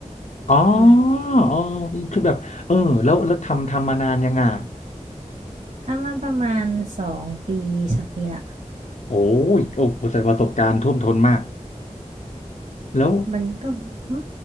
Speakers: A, on the left; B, on the right.
A: อ๋อ
B: อืม
A: อ๋อคือแบบเออแล้วแล้วทำทำมานานยังอ่ะ
B: ทำมาประมาณสองปีสามปีละ
A: โอ้ยโอ้โหแต่ประสบการณ์ท่วมท้นมากแล้ว
B: มันก็หึ